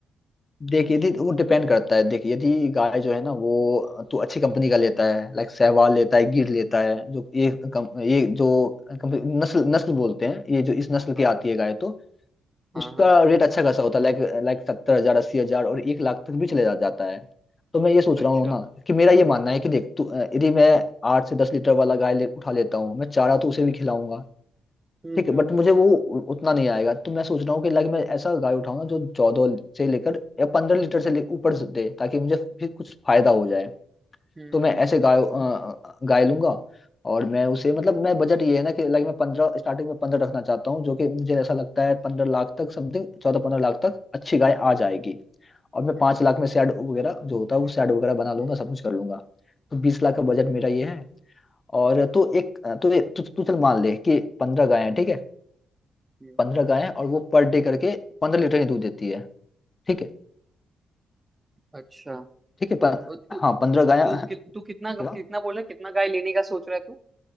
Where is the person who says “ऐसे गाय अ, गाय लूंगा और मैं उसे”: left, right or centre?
Left